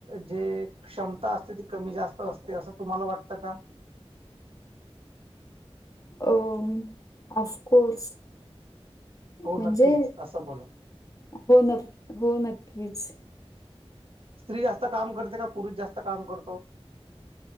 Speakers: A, on the right; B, on the left.
A: जे क्षमता असते ती कमी जास्त असते असं तुम्हाला वाटतं का.
B: बछ अ अफकोर्स.
A: हो
B: म्हणजे
A: नक्कीच असं बोला.
B: हो न हो नक्कीच.
A: स्त्री जास्त काम करते का पुरुष जास्त काम करतो.